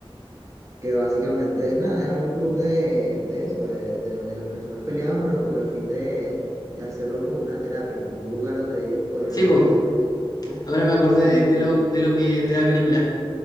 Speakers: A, on the right; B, on the left.
A: que básicamente, nada, era un club de, de eso, de, de donde las personas peleaban, pero con el fin de, de hacerlo como una terapia, como un lugar donde ellos podrían
B: Sí, bo.
A: ser, ellos mismos
B: Ahora me acordé
A: y,
B: de, de lo, de lo que, de la película.